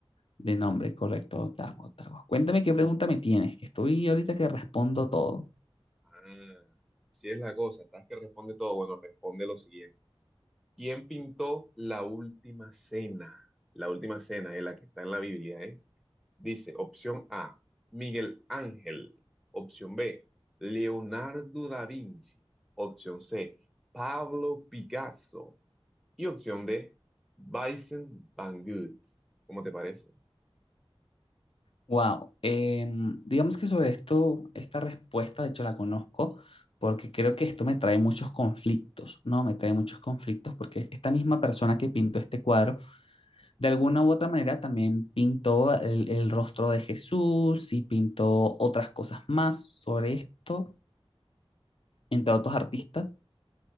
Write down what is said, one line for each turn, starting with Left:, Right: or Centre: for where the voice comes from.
Left: de nombre, correcto, Ottawa, Ottawa. Cuéntame qué pregunta me tienes, que estoy ahorita que respondo todo.
Centre: Ah, así es la cosa. Estás que responde todo. Bueno, responde lo siguiente. ¿Quién pintó la última cena? La última cena es la que está en la Biblia, ¿eh? Dice, opción A, Miguel Ángel. Opción B, Leonardo da Vinci. Opción C, Pablo Picasso. Y opción D, Vincent Van Gogh. ¿Cómo te parece?
Left: Wow, digamos que sobre esto, esta respuesta, de hecho la conozco, porque creo que esto me trae muchos conflictos, ¿no? Me trae muchos conflictos porque esta misma persona que pintó este cuadro, de alguna u otra manera también pintó el, el rostro de Jesús y pintó otras cosas más sobre esto, entre otros artistas.